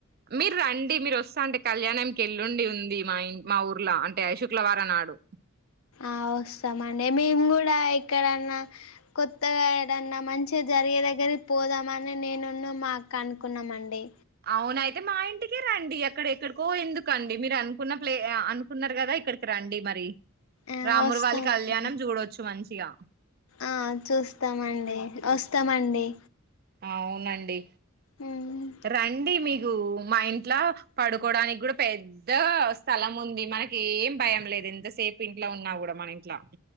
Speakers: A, on the right; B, on the left.
A: మీరు రండి మీరు వస్తా అంటే కళ్యాణంకి ఏల్లుండి ఉంది మా ఇం మా ఊర్లో అంటే అ శుక్లవారం నాడు
B: ఆ వస్తామండి మేము కూడా ఏక్కడన్నా కొత్తగా ఎడన్నా మంచిగా జరిగే దగ్గరికి పోదామని నేనున్న మా అక్క అనుకున్నాం అండి
A: అవున అయితే మా ఇంటికే రండి అక్కడ ఎక్కడికో ఎందుకండి మీరు అనుకున్న ప్లే అనుకున్నారు కదా ఇక్కడికి రండి మరి
B: ఆ
A: రాములవారి
B: వస్తామండి
A: కళ్యాణం చూడచ్చు మంచి గా
B: ఆ చూస్తామండి వస్తామండి
A: అవునండి
B: మ్మ్
A: రండి మీకు మా ఇంట్లో పడుకోడానికి కూడా పెద్ద స్థలం ఉంది మనకెం ఏం భయం లేదు ఎంతసేపు ఇంట్లో ఉన్నా కూడా మన ఇంట్లా